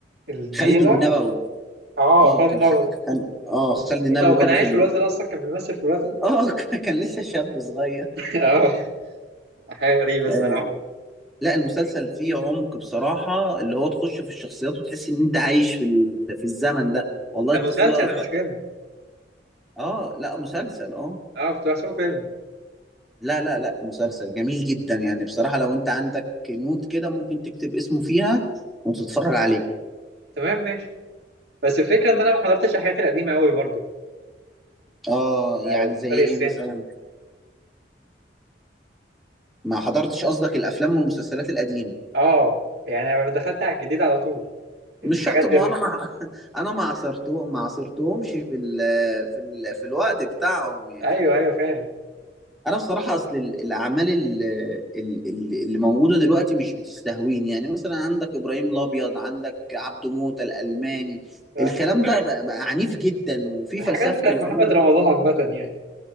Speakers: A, on the right; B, in the centre.
A: الديلر
B: خالد النبوي
A: اه
B: اه
A: فن
B: كان
A: نوي
B: خ... كان اه خالد النبوي
A: ايه ده هو كان
B: برضو
A: عايش
B: في ال...
A: في الوقت ده أصلا كان بيمثل في الوقت ده؟
B: اه <laughs> ك- كان لسه شاب صغير
A: <laughs> اه حاجة غريبة
B: آه.
A: الصراحة
B: لا المسلسل فيه عمق بصراحة اللي هو تخش في الشخصيات وتحس ان انت عايش في ال... في الزمن ده والله
A: ده
B: الطفولة
A: مسلسل مش فيلم
B: اه لا مسلسل اه
A: اه كنت بحسبه فيلم
B: لا لا لا مسلسل جميل جدا يعني بصراحة لو انت عندك نوت كده ممكن تكتب اسمه فيها وتتفرج عليه
A: تمام ماشي بس الفكره ان انا ما حضرتش الحاجات القديمه قوي برضو
B: اه يعني
A: آه،
B: زي
A: فرق السن
B: ايه مثلا ما حضرتش قصدك الافلام والمسلسلات القديمة
A: اه يعني أنا دخلت على الجديد على طول
B: مش
A: الحاجات
B: شرط ما
A: ال...
B: هو انا مع <laughs> انا ما عصرته ما عصرتهمش في ال... في ال... في الوقت بتاعهم يعني
A: ايوه ايوه فاهم
B: انا بصراحه اصل ال- الاعمال ال- ال- ال- اللي موجوده دلوقتي مش بتستهويني يعني مثلا عندك ابراهيم الابيض عندك عبده موته الالماني
A: <laughs>
B: الكلام ده بقى, بقى عنيف جدا وفي
A: الحاجات
B: فلسفه
A: بتاعت
B: العنف
A: محمد رمضان عامه يعني